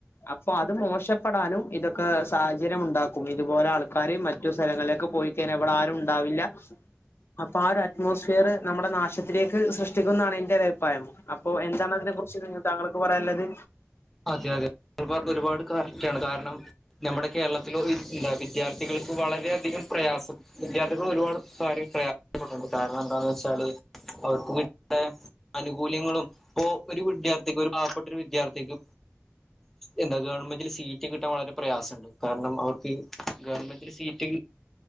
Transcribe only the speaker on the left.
അപ്പൊ അത് മോശപ്പെടാനും ഇതൊക്കെ സാഹചര്യം ഉണ്ടാക്കും ഇതുപോലെ ആൾക്കാര് മറ്റു സ്ഥലങ്ങളിലേക്കെ പോയിക്കേന എവിടെ ആരും ഉണ്ടാവില്ല അപ്പൊ ആ ഒരു അറ്റ്മോസ്ഫിയർ നമ്മുടെ നാശത്തിലേക്ക് സൃഷ്ടിക്കുന്നതാണ് എന്റെ ഒരുരഭിപ്രായം അപ്പൊ എന്താണ് അതിനെ കുറിച്ച് നി താങ്കൾക്ക് പറയാനുള്ളത്??
<unintelligible>